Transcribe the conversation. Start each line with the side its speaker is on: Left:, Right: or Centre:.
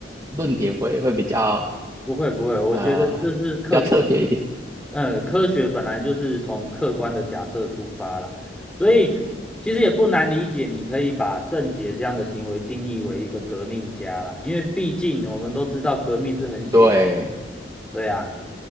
Right: 论点会会比较
Centre: 不会不会，我觉得这是客观。
Right: 呃比较特别一点。
Centre: 呃，科学本来就是从客观的假设出发啦，所以其实也不难理解，你可以把郑捷这样的行为定义为一个革命家啦，因为毕竟我们都知道革命是很血，
Right: 对
Centre: 对啊，